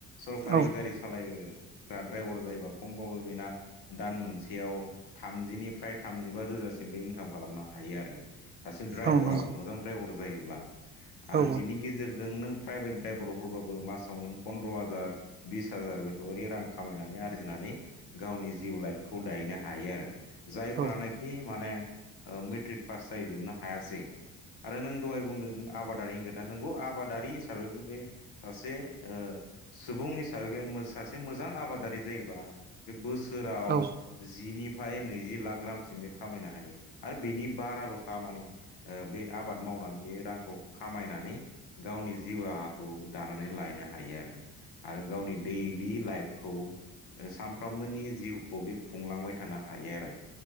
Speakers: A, on the left; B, on the right.
A: सरकारि
B: औ
A: गारि सालायो। <unintelligible> ड्राइबर जायोबा खमबाबो बेना दान मोनसेयाव थामजिनिफ्राय थामजिबा रोजा सिमबो इंकाम खालामनो हायो आरो। सासे ड्राइबराबो
B: औ नंगौ
A: मोजां ड्राइबर जायोब्ला आरो
B: औ
A: बिनि गेजेरजों नों प्राइभेट ड्राइबर ब्रबाबो मासाव नों फन्द्र हाजार बिस हाजार बेफोरबायदि रां खामायनानै आरजिनानै गाव नि जिउ लाइफखौ दाहैनो हायो आरो। जायफोरानाखि
B: औ
A: माने ओ मेट्रिक पास जाहैजोबनो हायासै आरो नों दहाय बुंदों नों आबादारिनि खोथा नोंगौ आबादारि हिसाबैबो बे सासे ओ सुबुं हिसाबै बे मो सासे मोजां आबादारि जायोबा बे बो सोराव
B: औ
A: जिनिफ्राय नैजि लाख रामसिम बे खामायनो हायो। आरो बिनि बाराबो खामानि ओ बे आबाद मावनानै बे रांखौ खामायनानै गावनि जिउ राहाखौ दानानै लायनो हायो आरो आरो गावनि दैलि लाइफखौ ओ साम फ्रामबोनि जिउखौ बे खुंलांबाय थानो हायो आरो।